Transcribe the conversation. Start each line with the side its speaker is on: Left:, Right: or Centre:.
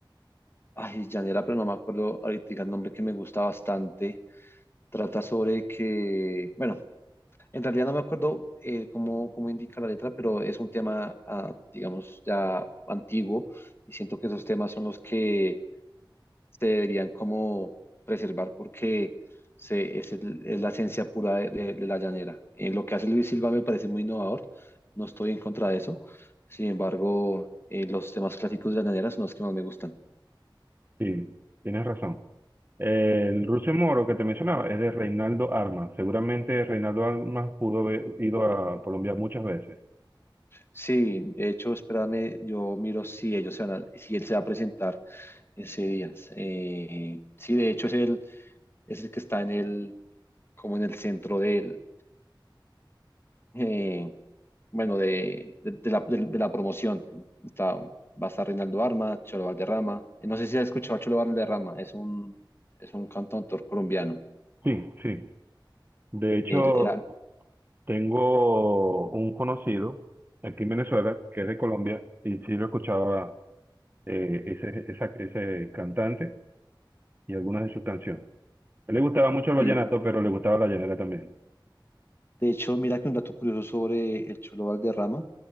Left: ay, llanera, pero no me acuerdo ahorita el nombre que me gusta bastante. Trata sobre que, bueno, en realidad no me acuerdo eh, cómo, cómo indica la letra, pero es un tema, ah, digamos, ya antiguo y siento que esos temas son los que se deberían como preservar porque se, es, el- es la esencia pura de, de- de la llanera. Eh, lo que hace Luis Silva me parece muy innovador, no estoy en contra de eso, sin embargo, eh, los temas clásicos de la llanera son los que más me gustan.
Right: Sí, tienes razón. El Rucio Moro que te mencionaba es de Reinaldo Armas. Seguramente Reinaldo Armas pudo haber ido a Colombia muchas veces.
Left: Sí, de hecho, espérame, yo miro si ellos se van a- si él se va a presentar Ese Díaz. eh, sí, de hecho es el, es el que está en el, como en el centro del, eh, bueno, de, de- de la, de- de la promoción. Está, va a estar Reinaldo Arma, Cholo Valderrama. Eh, No sé si has escuchado a Cholo Valderrama, es un, es un cantautor colombiano.
Right: Sí, sí. De hecho,
Left: Él- él ha-
Right: tengo un conocido aquí en Venezuela que es de Colombia y sí lo escuchaba eh, ese, esa- ese cantante y algunas de sus canciones. A él le gustaba mucho el vallenato,
Left: sí.
Right: pero le gustaba la llanera también.
Left: De hecho, mira que un dato curioso sobre el Cholo Valderrama